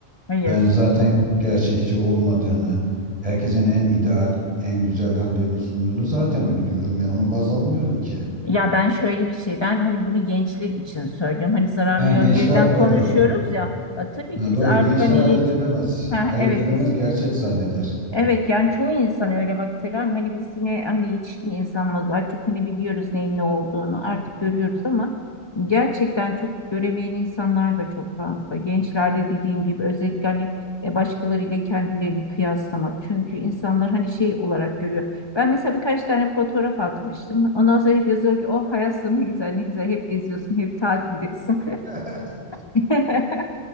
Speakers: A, on the left; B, on the right.
A: hayır.
B: ben zaten gerçekçi olmadığını, herkesin en ideal, en güzel hallerini sunduğunu zaten biliyorum. Yani onu baz almıyorum ki.
A: Ya ben şöyle bir şey, ben hani bunu gençler için söylüyorum. Hani zararlı
B: Ha,
A: yönlerinden
B: gençler doğru.
A: konuşuyoruz ya. E, tabii
B: Ha,
A: ki biz
B: doğru.
A: artık
B: Gençler
A: hani
B: ayırt
A: yet,
B: edemez.
A: ha,
B: Ayırt
A: evet
B: edemez,
A: biz
B: gerçek zanneder.
A: Evet yani çoğu insan öyle bak Selam hani biz yine hani yetişkin insanlarız artık hani biliyoruz neyin ne olduğunu artık görüyoruz ama gerçekten çok göremeyen insanlar da çok fazla. Gençlerde dediğim gibi özellikle hani e, başkalarıyla kendilerini kıyaslamak çünkü insanlar hani şey olarak görüyor. Ben mesela birkaç tane fotoğraf atmıştım ondan sonra hep yazıyor ki oh hayat sana ne güzel ne güzel hep geziyorsun hep tatildesin.
B: <laughs>
A: <laughs>